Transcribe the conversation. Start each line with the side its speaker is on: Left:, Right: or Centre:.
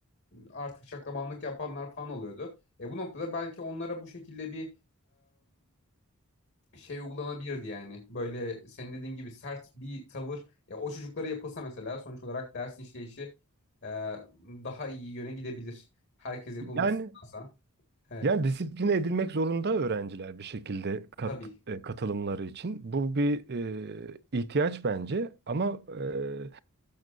Left: artık şaklabanlık yapanlar falan oluyordu. E, bu noktada belki onlara bu şekilde bir şey uygulanabilirdi yani. Böyle senin dediğin gibi sert bir tavır ya o çocuklara yapılsa mesela sonuç olarak dersin işleyişi e, daha iyi yöne gidebilir. Herkes yapılmasındansa.
Right: Yani
Left: Evet.
Right: Yani disipline edilmek zorunda öğrenciler bir şekilde kat,
Left: Tabii.
Right: e, katılımları için. Bu bir e, ihtiyaç bence ama e,